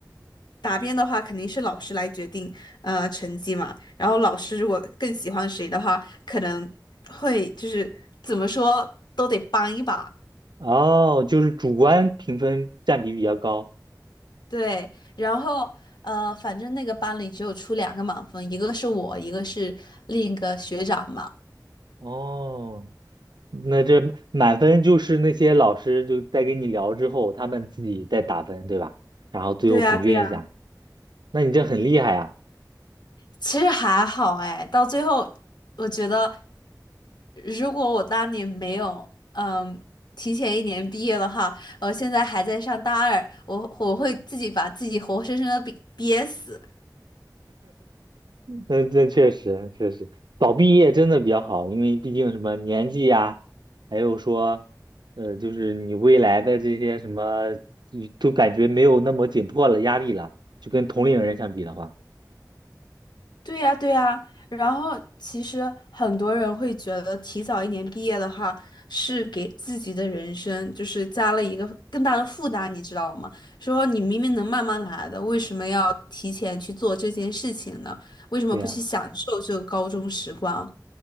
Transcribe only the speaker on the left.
答辩的话，肯定是老师来决定呃成绩嘛。然后老师如果更喜欢谁的话，可能会就是怎么说都得帮一把。
对，然后呃，反正那个班里只有出两个满分，一个是我，一个是另一个学长嘛。
对呀，对呀。
其实还好哎，到最后我觉得，如果我当年没有嗯提前一年毕业的话，我现在还在上大二，我我会自己把自己活生生的憋憋死。
对呀，对呀，然后其实很多人会觉得提早一年毕业的话，是给自己的人生就是加了一个更大的负担，你知道吗？说你明明能慢慢来的，为什么要提前去做这件事情呢？为什么不去享受这个高中时光？